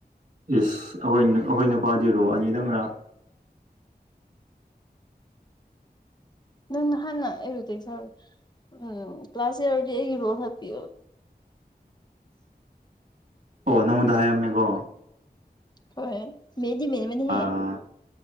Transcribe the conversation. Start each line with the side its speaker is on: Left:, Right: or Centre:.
Right: ꯌꯦꯁ ꯑꯩꯈꯣꯏ ꯑꯩꯈꯣꯏ ꯅꯨꯄꯥꯗꯤ ꯔꯣꯛ ꯑꯅꯤꯗꯪꯔꯥ
Left: ꯅꯪ ꯍꯅ ꯏꯔ ꯇꯦ ꯁꯦ ꯎꯝ ꯀ꯭ꯂ꯭ꯂꯥꯁꯦ ꯑꯣꯏꯔ ꯔꯣ ꯍꯥ ꯄꯤ
Right: ꯑꯣ ꯅꯪꯉꯣꯟꯗ ꯍꯥꯏꯔꯝꯃꯦꯀꯣ
Left: ꯍꯣꯏ ꯃꯗꯤ ꯃꯅꯤ ꯃꯅꯤ ꯍꯦ
Right: ꯑꯥ